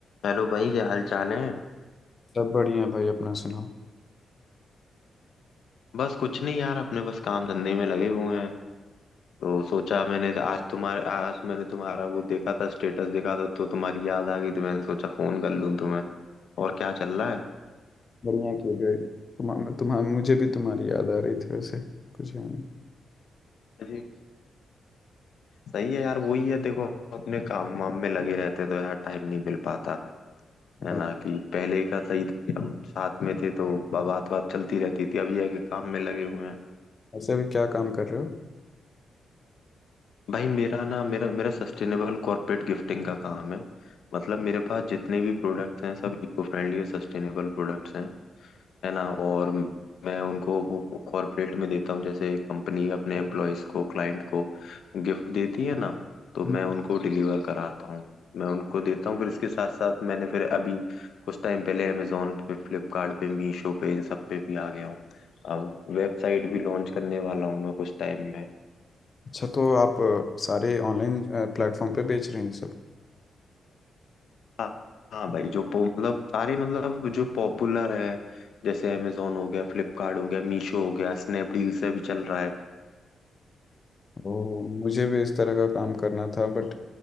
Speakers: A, on the left; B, on the left.
A: Hello भाई क्या हाल चाल है
B: सब बढ़िया है भाई अपना सुनाओ
A: बस कुछ नहीं यार अपने बस काम धंधे में लगे हुए हैं तो सोचा मैंने आज तुम्हारे आज मैंने तुम्हारा वो देखा था स्टेटस देखा था तो तुम्हारी याद आ गई तो मैंने सोचा फोन कर लूं तुम्हें और क्या चल रहा है
B: बढ़िया क्यों भाई तुम्हारा तुम्हारा मुझे भी तुम्हारी याद आ रही थी वैसे कुछ है नहीं
A: जी सही है यार वही है देखो अपने काम वाम में लगे रहते हैं तो यार टाइम नहीं मिल पाता है
B: और
A: ना कि पहले का सही था कि हम साथ में थे तो बात बात चलती रहती थी अब ये है कि काम में लगे हुए हैं
B: ऐसे भी क्या काम कर रहे हो
A: भाई मेरा ना मेरा मेरा सस्टेनेबल कॉर्पोरेट गिफ्टिंग का काम है मतलब मेरे पास जितने भी प्रोडक्ट्स हैं सब इको फ्रेंडली और सस्टेनेबल प्रोडक्ट्स हैं है ना और मैं उनको वो कॉर्पोरेट में देता हूँ जैसे कंपनी अपने एम्प्लॉयज को क्लाइंट को गिफ्ट देती है ना तो
B: हम्म।
A: मैं उनको डिलीवर कराता हूँ मैं उनको देता हूँ फिर इसके साथ साथ मैंने फिर अभी कुछ टाइम पहले अमेजोन पे फ्लिपकार्ट पे मीशो पे इन सब पे भी आ गया हूँ अब वेबसाइट भी लॉन्च करने वाला हूँ मैं कुछ टाइम में
B: अच्छा तो आप अ, सारे ऑनलाइन प्लेटफॉर्म पे बेच रहे हैं ये सब
A: हाँ हाँ भाई जो पो मतलब सारे मतलब जो पॉपुलर है जैसे अमेजोन हो गया फ्लिपकार्ट हो गया मीशो हो गया स्नैपडील से भी चल रहा है
B: ओ मुझे भी इस तरह का काम करना था बट
A: हाँ